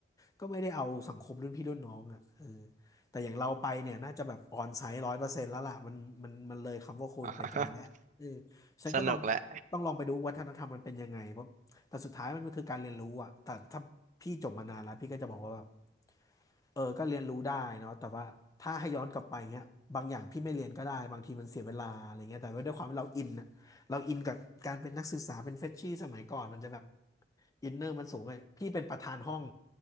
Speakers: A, on the left; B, on the right.
A: ก็ไม่ได้เอาสังคมรุ่นพี่รุ่นน้องอ่ะเออแต่อย่างเราไปเนี่ยน่าจะแบบออนไซต์ร้อยเปอร์เซ็นต์แล้วล่ะมันมันมันเลยคำว่าโควิดไปไกลแล้วเออ
B: <laughs>
A: ฉันก็ลอง
B: สนุกแหละ
A: ต้องลองไปดูวัฒนธรรมมันเป็นยังไงเพราะแต่สุดท้ายมันก็คือการเรียนรู้อ่ะแต่ถ้าพี่จบมานานแล้วพี่ก็จะบอกว่าแบบ เออก็เรียนรู้ได้เนาะแต่ว่าถ้าให้ย้อนกลับไปเงี้ยบางอย่างพี่ไม่เรียนก็ได้บางทีมันเสียเวลาอะไรเงี้ยแต่ว่าด้วยความที่เราอินอะเราอินกับการเป็นนักศึกษาเป็นเฟรชชี่สมัยก่อนมันจะแบบอินเนอร์มันสูงไงพี่เป็นประธานห้อง